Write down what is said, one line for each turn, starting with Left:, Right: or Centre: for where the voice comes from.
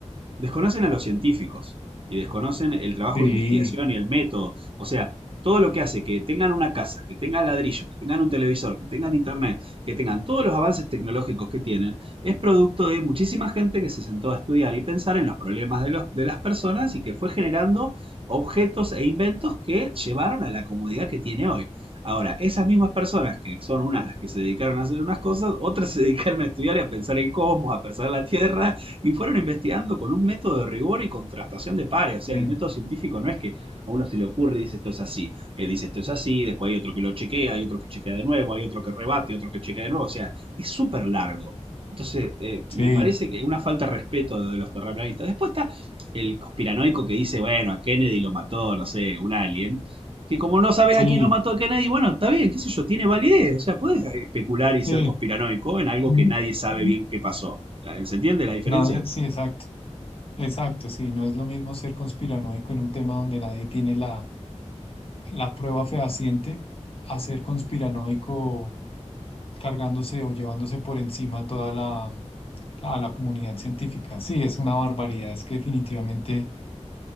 Right: desconocen a los científicos y desconocen el trabajo
Left: sí,
Right: de investigación y el método. O sea, todo lo que hace que tengan una casa, que tengan ladrillo, que tengan un televisor, que tengan internet, que tengan todos los avances tecnológicos que tienen, es producto de muchísima gente que se sentó a estudiar y pensar en los problemas de, los, de las personas y que fue generando objetos e inventos que llevaron a la comodidad que tiene hoy. Ahora, esas mismas personas, que son unas las que se dedicaron a hacer unas cosas, otras <laughs> se dedicaron a estudiar y a pensar el cosmos, a pensar la Tierra, y fueron investigando con un método de rigor y contrastación de pares. O sea,
Left: sí,
Right: el método científico no es que a uno se le ocurre y dice esto es así eh, dice esto es así, después hay otro que lo chequea, hay otro que chequea de nuevo, hay otro que rebate, otro que chequea de nuevo, o sea, es súper largo. Entonces, eh,
Left: sí,
Right: me parece que una falta de respeto de los terraplanistas. Después está el conspiranoico que dice, bueno, a Kennedy lo mató, no sé, un alien. Que como no sabes
Left: sí,
Right: a quién lo mató
Left: sí.
Right: a Kennedy, bueno, está bien, qué sé yo, tiene validez. O sea, puedes especular y
Left: sí.
Right: ser conspiranoico en algo
Left: Mm,
Right: que nadie sabe
Left: mm.
Right: bien qué pasó. ¿Se entiende la diferencia?
Left: Nadie, sí, exacto, exacto, sí, no es lo mismo ser conspiranoico en un tema donde nadie tiene la la prueba fehaciente a ser conspiranoico cargándose o llevándose por encima toda la, a la comunidad científica. Sí, es una barbaridad, es que definitivamente